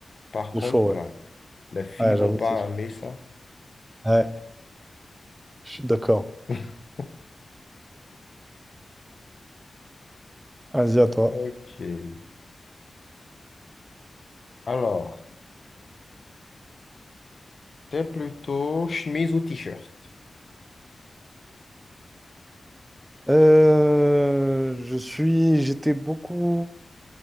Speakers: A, on the left; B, on the right.
A: par
B: c'est
A: contre,
B: chaud,
A: voilà,
B: ouais.
A: les filles
B: Ouais,
A: vont
B: j'avoue,
A: pas
B: c'est chaud.
A: aimer ça.
B: Ouais, je suis d'accord.
A: <laughs>
B: Vas-y, à toi.
A: Ok. Alors, c'est plutôt chemise ou t-shirt?
B: Euh, je suis... J'étais beaucoup...